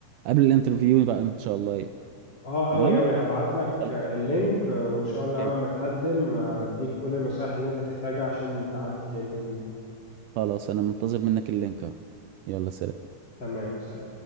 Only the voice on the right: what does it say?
قبل الانترفيو بقى ان شاء الله يعني
تمام
خلاص
أوكي.
خلاص انا منتظر منك اللينك اهو يلا سلام